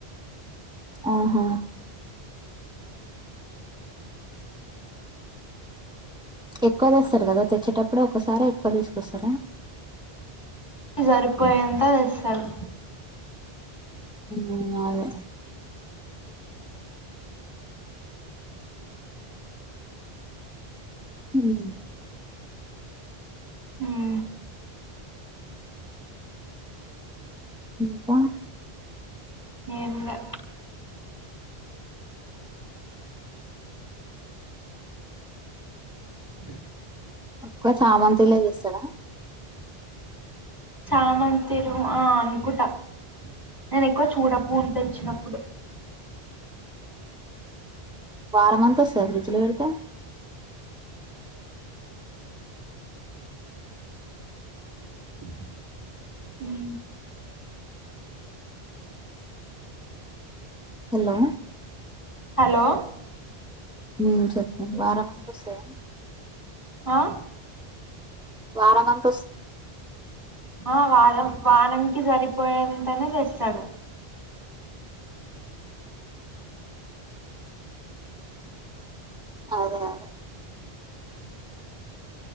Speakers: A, in the centre; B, on the left.
A: ఆహా ఎక్కువ తెస్తారు కదా తెచ్చేటప్పుడుే ఒకసారి ఎక్కువ తీసుకొస్తారా
B: జరిపోయే అంత తెస్తాడు
A: ఉం అదే హు హమ్
B: ఉం
A: ఇంకా
B: ఏంలే అ
A: అక్కడ చామంతిలే చస్తాడా
B: చామంతిలు ఆ అనుకుంటా నేను ఎక్కువ చూడ పూలు తె ఇచ్చినప్పుడు
A: వారం అంతా వస్తా ఫ్రిడ్జ్ లో పెడితే
B: ఉ అ
A: హలో
B: హలో
A: ఉ చెప్పు వారంమంత వస్తాయా
B: ఆ
A: వారంమంత్
B: ఆ వారం వాననికి సరిపోయేంతైనే తెస్తాడు
A: అదే అదే